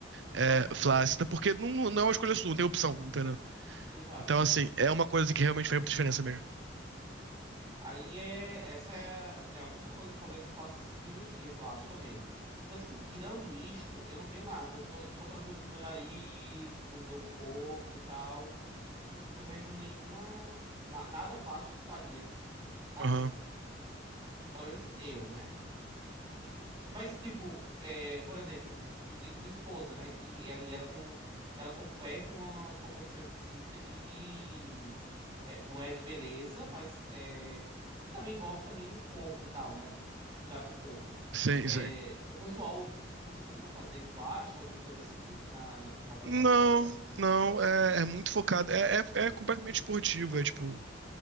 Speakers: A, on the right; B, on the right.
A: é,
B: Uhum.
A: flácida, porque não, não é uma escolha sua, não tem opção, entendeu?
B: Exato.
A: Então, assim, é uma coisa que realmente faz muita diferença mesmo.
B: Aí é, essa é, é a única coisa que talvez eu faça cirurgia plástica mesmo. Tipo assim, tirando isto, eu não tenho nada. Eu tô, sou tranquilo com o meu nariz, com o meu corpo e tal. Não, não vejo nenhuma. na- nada plástico eu faria, sabe?
A: Aham.
B: Pelo menos eu, né? Assim. Mas, tipo, é, por exemplo, tu tem tua esposa, né? Que ela e ela tem um. Ela compete em uma competição específica de. é, não é de beleza, mas é, também envolve também o corpo e tal, né? Cuidado do corpo.
A: Sim,
B: É,
A: sim.
B: o pessoal costuma fazer plástico, alguma coisa assim, na, na modalidade
A: Não,
B: dela, alguma coisa.
A: não, é, é muito focado. É, é, é completamente esportivo, é tipo.